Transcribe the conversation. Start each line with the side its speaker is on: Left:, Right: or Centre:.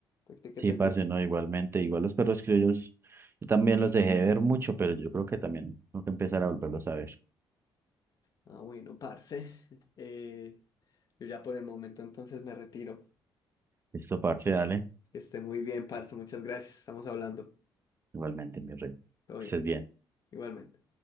Left: De ti
Right: Sí,
Left: que te
Right: parce,
Left: gusta.
Right: no, igualmente, igual los perros criollos, yo también los dejé de ver mucho, pero yo creo que también tengo que empezar a volverlos a ver.
Left: Ah, bueno, parce. <laughs> eh, yo ya por el momento entonces me retiro.
Right: Listo, parce, dale,
Left: Que esté muy bien, parce. Muchas gracias. Estamos hablando.
Right: igualmente, mi rey. Que
Left: Todo bien.
Right: Estés bien.
Left: Igualmente.